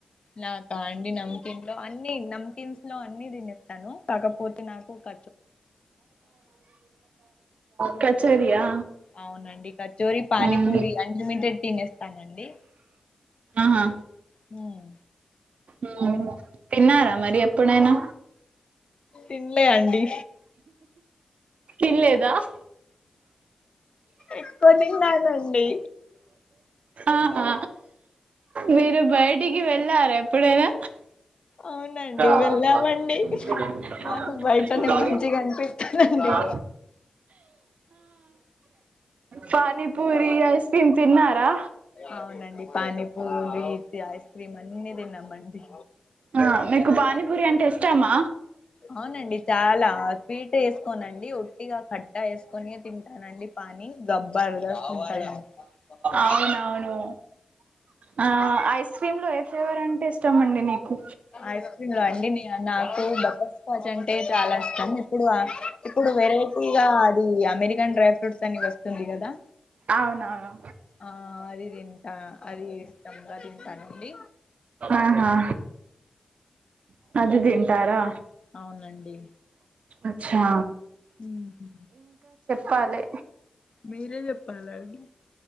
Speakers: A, on the left; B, on the right.
A: నాక అండి నమ్కీన్ లో అన్ని నమ్కిన్స్ లో అన్ని తినెత్తాను కాకపోతే నాకు ఒక
B: కచేరియా
A: అవునండి కచోరీ పానీపూరి
B: మ్మ్
A: అన్లిమిటెడ్ తినేస్తానండి
B: ఆహా
A: హ్మ్.
B: మ్మ్ తిన్నారా మరి ఎప్పుడైనా
A: తినలే అండి
B: తిన్లేదా <inaudible>
A: ఎక్కువ తిన్నానండి
B: ఆహా మీరు బయిటికి వెళ్ళార ఎప్పుడైనా
A: అవునండి
B: ఆహ
A: వెళ్ళామండి
B: <inaudible> అది ఎంది
A: మాకు బయటనే మంచిగా అనిపిస్తదండి
B: ఆ పనీ పూరి ఐస్ క్రీమ్ తిన్నారా
A: అవునండి పానీపూరి ఇతి ఐస్ క్రీమ్ అన్ని తిన్నామండి
B: అవున ఆ మీకు పానీపూరి అంటే ఇష్టమా
A: అవునండి చాలా స్వీట్ వేసుకోనండి ఒట్టిగా కట్టా వేసుకొని తింటానండి పానీ డబ్బాడు <unintelligible>
B: అవునవును ఆ ఐస్ క్రీమ్ లో ఏ ఫ్లేవర్ అంటే ఇష్టం అండి నీకు
A: ఐస్ క్రీమ్ లో అండి నీ నాకు బటర్ స్కాచ్ అంటే చాలా ఇష్టం ఇప్పుడు ఇప్పుడు వెరైటీగా అది అమెరికన్ డ్రై ఫ్రూట్స్ అని వస్తుంది కదా
B: అవునవును
A: ఆ అది తింటా అది ఇష్టంగా తింటానండి
B: ఆహా అది తింటారా
A: అవునండి
B: అచ్చా
A: ఉహు
B: పాలే
A: మీరే చెప్పాలాండి